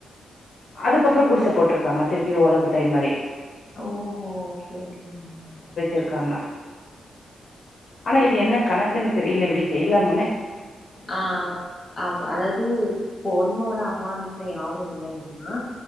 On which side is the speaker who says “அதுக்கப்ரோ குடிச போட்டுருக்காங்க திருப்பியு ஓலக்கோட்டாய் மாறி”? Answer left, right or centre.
Left